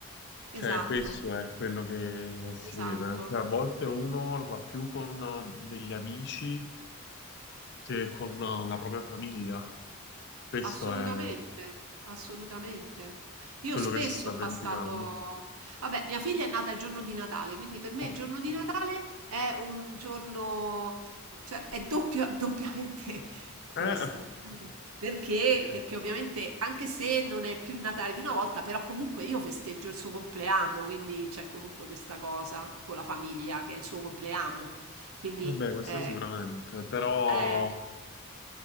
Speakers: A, on the right (about 75°); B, on the left (about 50°).
A: Esatto,
B: Cioè, questo è quello che si
A: esatto.
B: vede. Cioè, a volte uno lo fa più con eh, degli amici che con eh, la propria famiglia. Questo
A: Assolutamente,
B: è
A: assolutamente. Io
B: quello
A: spesso
B: che si sta
A: ho
B: verificando.
A: passato... Vabbè, mia figlia è nata il giorno di Natale, quindi per me
B: Oh,
A: il giorno di Natale è un giorno, cioè è doppia- <laughs> doppiamente festa,
B: eh,
A: capito? Perché?
B: dire.
A: Perché ovviamente, anche se non è più il Natale di una volta, però comunque io festeggio il suo compleanno, quindi c'è comunque questa cosa con la famiglia, che è il suo compleanno. Quindi...
B: Vabbè, questo
A: eh,
B: sicuramente, però
A: eh,